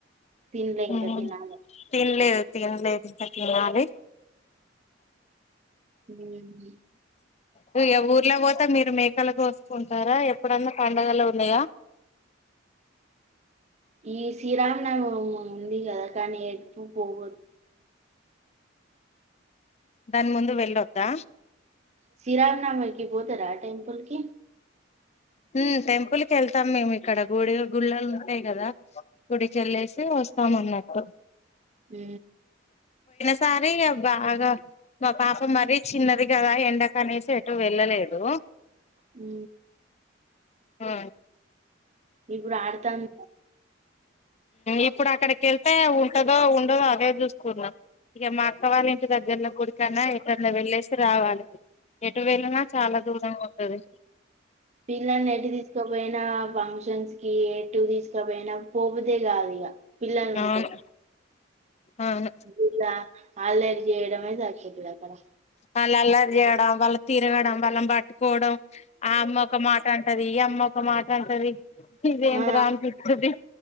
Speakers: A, on the right (about 35°); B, on the left (about 35°).
A: తినలే
B: ఉ
A: ఇంకా తినాలి
B: తినలేదు తినలేదు ఇంకా తినాలి
A: ఉమ్.
B: నువ ఊర్లో పోతే మీరు మేకలు కోస్ కుంటారా ఎప్పుడన్నా పండుగలు ఉన్నాయా
A: ఈ శ్రీరామనవమి ఉంది కదా కానీ ఎక్కు పోగు
B: దాని ముందు వెళ్ళొద్దా
A: శ్రీరామనవమికి పోతరా టెంపుల్ కి
B: ఉ టెంపుల్కి వెళ్తాం మేము ఇక్కడ గుడి గుళ్ళలు ఉంటాయి కదా గుడికెల్లేసి వస్తామన్నట్టు
A: ఉ
B: సరేగా బాగా మా పాప మరీ చిన్నది కదా ఎండకనేసి ఎటు వెళ్ళలేదు
A: ఉ
B: ఆ
A: ఇప్పుడు ఆడుతాను
B: ఇప్పుడు అక్కడికి వెళ్తే ఉంటదో ఉండదో అదే చూసుకున్నా ఇక మా అక్క వాళ్ళ ఇంటి దగ్గర్లో గుడికనా ఎకన్నా వెళ్ళేసి రావాలే ఎటు వెళ్ళినా చాలా దూరం ఉంటది
A: పిల్లని ఎట్టి తీసుకోపోయినా ఫంక్షన్స్ ఏటు తీసుకపోయినా పోబుద్దే కాదు ఇక పిల్లలు
B: అవును
A: ఉంటే
B: అవును
A: ఇలా అల్లరి చేయడమే సరిపోతది అక్కడ
B: వాళ్ళు అల్లరి చేయడం వాళ్ళ తిరగడం వాళ్ళ పట్టుకోవడం ఆ అమ్మ ఒక మాట అంటది ఇ అమ్మ ఒక మాట అంటది ఇదేందిరా
A: ఆ
B: అనిపిస్తది